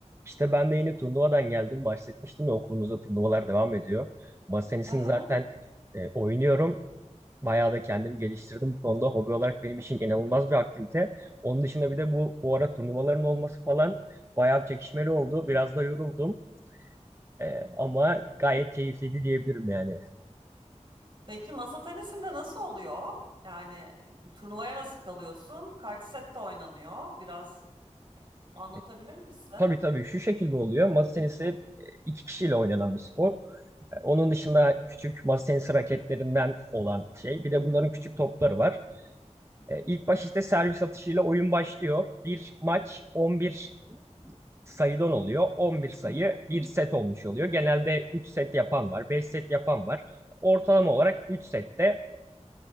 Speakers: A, on the right; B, on the right.
A: İşte ben de yeni turnuvadan geldim. Bahsetmiştim ya okulumuzda turnuvalar devam ediyor. Masa tenisini
B: Aha.
A: zaten e, oynuyorum. Bayağı da kendimi geliştirdim bu konuda. Hobi olarak benim için inanılmaz bir aktivite. Onun dışında bir de bu bu ara turnuvaların olması falan bayağı bir çekişmeli oldu. Biraz da yoruldum. E, ama gayet keyifliydi diyebilirim yani.
B: Peki masa tenisinde nasıl oluyor? Yani e, turnuvaya nasıl kalıyorsun? Kaç sette oynanıyor? Biraz anlatabilir
A: E,
B: misin?
A: tabii tabii şu şekilde oluyor. Masa tenisi e, iki kişiyle oynanan bir spor. E, onun dışında küçük masa tenisi raketlerinden olan şey. Bir de bunların küçük topları var. E, İlk baş işte servis atışıyla oyun başlıyor. Bir maç 11 sayıdan oluyor. 11 sayı bir set olmuş oluyor. Genelde 3 set yapan var, 5 set yapan var. Ortalama olarak 3 sette